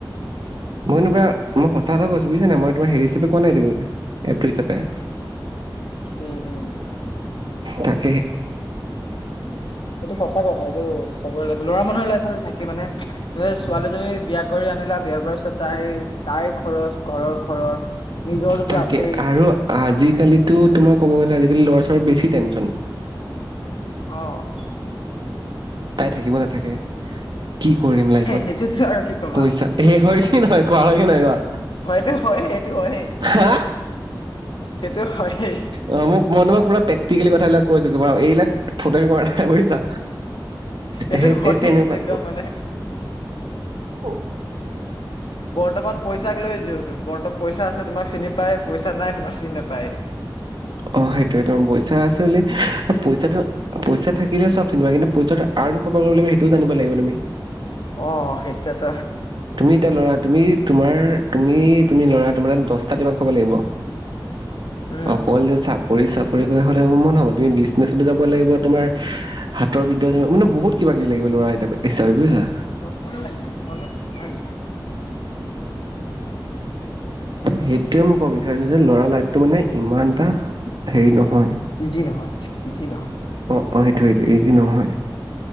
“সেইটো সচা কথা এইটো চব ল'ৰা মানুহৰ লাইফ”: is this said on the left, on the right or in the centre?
Left